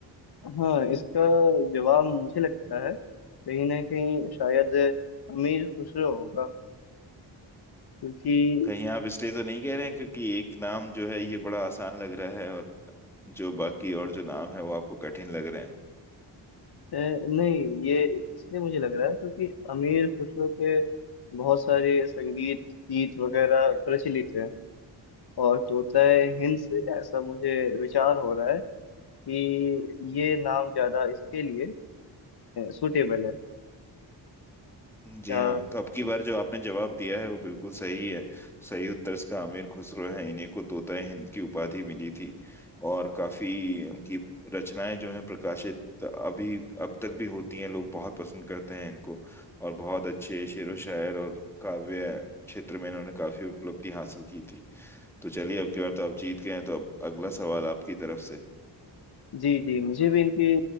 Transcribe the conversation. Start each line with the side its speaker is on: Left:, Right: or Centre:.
Left: हाँ इसका जवाब मुझे लगता है कहीं ना कहीं शायद अमीर खुसरो होगा क्योंकि
Centre: कहीं आप इसलिए तो नहीं कह रहे हैं क्योंकि एक नाम जो है ये बड़ा आसान लग रहा है और जो बाकी और जो नाम है वो आपको कठिन लग रहे हैं
Left: अ, नहीं ये इसलिए मुझे लग रहा है क्योंकि अमीर खुसरो के बहुत सारे संगीत गीत वगैरह प्रचलित हैं और तोताए हिंद से ऐसा मुझे विचार हो रहा है कि ये नाम ज्यादा इसके लिए सूटेबल है
Centre: जी
Left: क्या
Centre: हाँ तो अब की बार जो आपने जवाब दिया है वो बिल्कुल सही है सही उत्तर इसका अमीर खुसरो है इन्हें को तोता हिंद की उपाधि मिली थी और काफी इनकी रचनाएं जो हैं प्रकाशित अभी अब तक भी होती हैं लोग बहुत पसंद करते हैं इनको और बहुत अच्छे शेरो शायर और काव्य क्षेत्र में इन्होंने काफी उपलब्धि हासिल की थी तो चलिए अब की बार तो आप जीत गए हैं तो अब अगला सवाल आपकी तरफ से
Left: जी जी मुझे भी इनकी